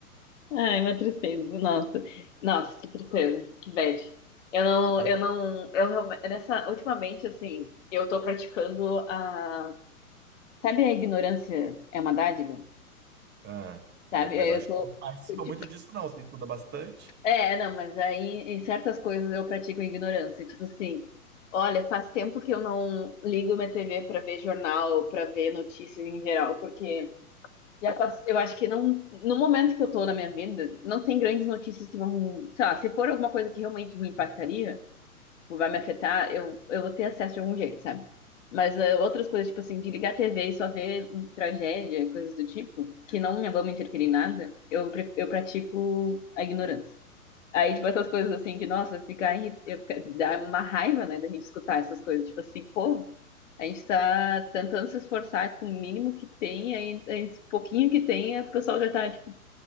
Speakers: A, on the left; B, on the right.
A: Ai, uma tristeza, nossa. Nossa, que tristeza, que bad. Eu não,
B: É.
A: eu não, eu realme- nessa, ultimamente, assim, eu tô praticando a, sabe a ignorância é uma dádiva?
B: Ah,
A: Sabe?
B: ah, mas
A: Aí
B: eu
A: Eu
B: acho
A: tô,
B: que você não participa
A: eu, tipo,
B: muito disso, não. Você estuda bastante.
A: é, não, mas aí em certas coisas eu pratico ignorância, tipo assim, olha, faz tempo que eu não ligo minha TV pra ver jornal, pra ver notícias em geral, porque Já pass... Eu acho que não, no momento que eu tô na minha vida, não tem grandes notícias que vão, sei lá, se for alguma coisa que realmente me impactaria, ou vai me afetar, eu, eu vou ter acesso de algum jeito, sabe? Mas eh, outras coisas, tipo assim, de ligar a TV e só ver hum, tragédia, coisas do tipo, que não me vão me interferir em nada, eu, pre- eu pratico a ignorância. Aí, tipo, essas coisas assim, que, nossa, ficar aí, eu, fica- dá uma raiva, né, da gente escutar essas coisas, tipo assim, pô, a gente está tentando se esforçar com o mínimo que tem, aí, aí esse pouquinho que tem, o pessoal já está, tipo,